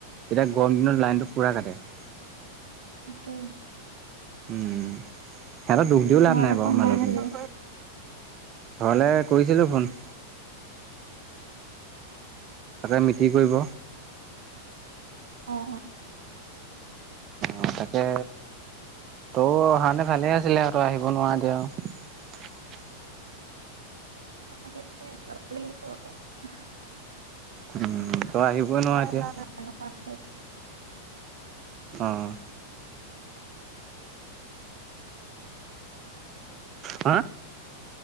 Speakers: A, on the right; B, on the right.
A: এতিয়া গৰম দিনত লাইনটো পোৰা কাটে। <unintelligible>
B: তাকে
A: উম সিহঁতৰ দুখ
B: বাকী
A: দিও লাভ
B: ঘৰলে
A: নাই বাৰু
B: ফোন
A: মানুহখিনি
B: কৰিছিলি
A: ঘৰলৈ কৰিছিলো ফোন তাতে মিটি কৰিব।
B: অ অ
A: অ তাকে তৌ অহাতে ভালে আছ। আছিলে তই আহিব নোৱাৰ দিয় আৰু
B: তোগ <unintelligible>
A: উম তই আহিব নোৱাৰ এতিয়া
B: অ মা ফোন
A: অ', হা